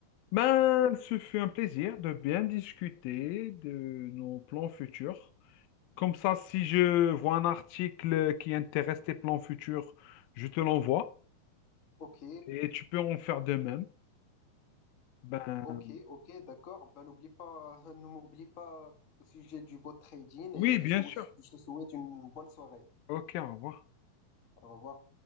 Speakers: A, on the left; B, on the left.
A: Ben, ce fut un plaisir de bien discuter de nos plans futurs. Comme ça, si je vois un article qui intéresse tes plans futurs, je te l'envoie
B: Ok,
A: et tu peux en faire de même. Ben,
B: ok, ok, d'accord. Ben n'oublie pas, <laughs> ne m'oublie pas au sujet du bot trading
A: oui,
B: et
A: bien
B: je te,
A: sûr.
B: je te souhaite une bonne soirée.
A: Ok, au revoir.
B: Au revoir.